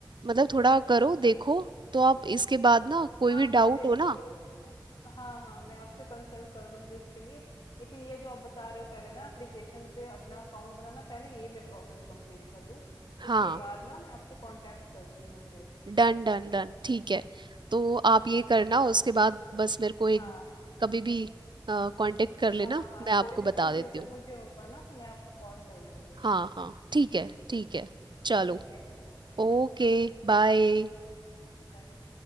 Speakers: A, on the right; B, on the left.
A: मतलब थोड़ा करो देखो तो आप इसके बाद ना कोई
B: हाँ
A: भी
B: मैं
A: डाउट
B: देखती
A: हो ना
B: हूँ इसको हाँ हाँ मैं आपसे कंसल्ट कर लूंगी इसके लिए लेकिन ये जो आप बता रहे हो पहले ना एप्लीकेशन पे अपना अकाउंट बनाना पहले ये मैं प्रोसेस कंप्लीट कर लूँ
A: हाँ
B: उसके बाद ना मैं आपसे कांटेक्ट करती हूँ फिर
A: डन डन डन ठीक है तो
B: हाँ
A: आप ये
B: ठीक
A: करना उसके बाद बस मेरे को एक
B: हाँ हाँ
A: कभी भी कांटेक्ट कर लेना
B: हाँ हाँ
A: मैं आपको
B: कोई भी कंफ्यूजन
A: बता देती हूँ
B: मुझे होगा ना तो मैं आपको कॉल कर लूंगी
A: हाँ हाँ ठीक है ठीक है चलो
B: ठीक है ओके
A: ओके बाय
B: बाय बाय